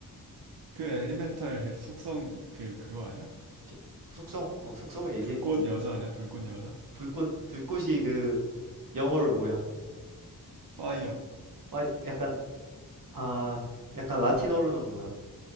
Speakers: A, on the right; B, on the right.
A: 그 엘리멘탈 속성 그 그거 아니야?
B: 캐- 숙성. 어, 숙성을 얘기해.
A: 불꽃 여자 아니야? 불꽃 여자?
B: 불꽃, 불꽃이 그 영어로 뭐야?
A: 파이어.
B: 아, 약간, 아, 약간 라틴어로는 뭐야?